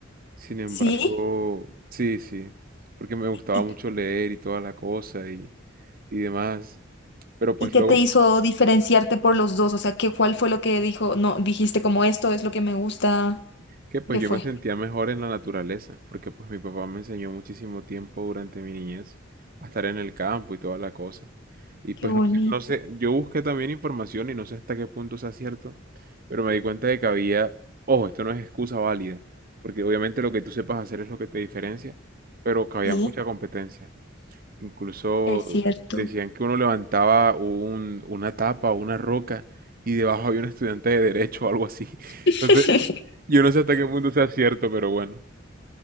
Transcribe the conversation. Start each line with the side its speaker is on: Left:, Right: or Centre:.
Right: Sin embargo,
Left: Sí,
Right: sí, sí, porque me gustaba
Left: y
Right: mucho leer y toda la cosa y, y demás. Pero pues
Left: ¿Y qué
Right: luego
Left: te hizo diferenciarte por los dos? O sea, ¿qué, cuál fue lo que dijo? No, dijiste como esto es lo que me gusta.
Right: que pues
Left: ¿Qué
Right: yo
Left: fue?
Right: me sentía mejor en la naturaleza, porque pues mi papá me enseñó muchísimo tiempo durante mi niñez a estar en el campo y toda la cosa. Y pues
Left: Qué bonito.
Right: no sé, no sé, yo busqué también información y no sé hasta qué punto sea cierto, pero me di cuenta de que había, ojo, esto no es excusa válida, porque obviamente lo que tú sepas hacer es lo que te diferencia, pero que había
Left: Sí,
Right: mucha competencia. Incluso
Left: es cierto.
Right: decían que uno levantaba un- una tapa o una roca y debajo había un estudiante de derecho o algo así. <laughs>
Left: <laughs>
Right: Entonces, yo no sé hasta qué punto sea cierto, pero bueno.